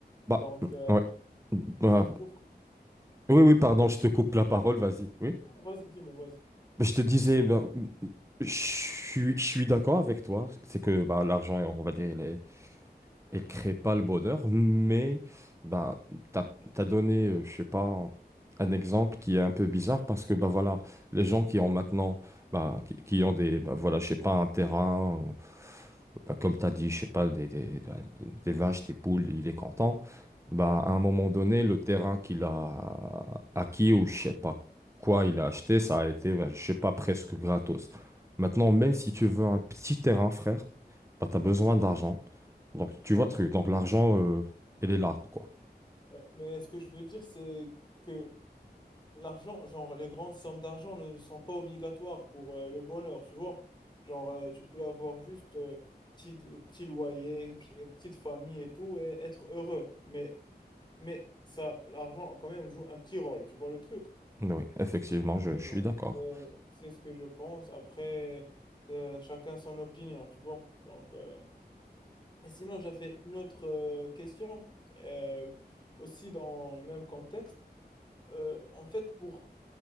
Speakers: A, on the right (about 15°); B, on the left (about 25°).
A: Bah,
B: Donc, euh,
A: ouais. Bah,
B: je trouve que...
A: oui, oui, pardon,
B: ouais.
A: je te coupe la parole, vas-y. Oui.
B: Vas-y, dis-moi, vas-y.
A: Mais Je te disais, ben, je suis, je suis d'accord avec toi. C'est que bah, l'argent, on va dire, il est,
B: Ouais,
A: elle crée pas le bonheur, mais bah, t'as, t'as donné, euh, je sais pas, un exemple qui est un peu bizarre parce que bah voilà, les gens qui ont maintenant, bah, qui, qui ont des, bah voilà, je sais pas, un terrain, euh, bah, comme t'as dit, je sais pas, des, des, ben, des vaches, des poules, il est content. Bah, à un moment donné, le terrain qu'il a acquis ou je sais pas quoi il a acheté, ça a été, bah, je sais pas, presque gratos. Maintenant, même
B: ouais,
A: si tu veux un petit terrain, frère, bah, t'as
B: ouais,
A: besoin d'argent. Donc, tu
B: ouais.
A: vois le truc. Donc, l'argent, euh, elle est là, quoi.
B: ouais. Mais ce que je veux dire, c'est que L'argent, genre, les grandes sommes d'argent ne sont pas obligatoires pour euh, le bonheur, tu vois. Genre, euh, tu peux avoir juste euh, petit, lo- petit loyer, petit- euh, petite famille et tout, et être heureux. Mais, mais ça, l'argent, quand même, joue un petit rôle, tu vois le truc.
A: Oui, effectivement, je,
B: Mais
A: je
B: bon,
A: suis d'accord.
B: euh, c'est ce que je pense. Après, euh, chacun son opinion, tu vois. Donc, euh, Et sinon, j'avais une autre euh, question, euh, aussi dans le même contexte. Euh, en fait, pour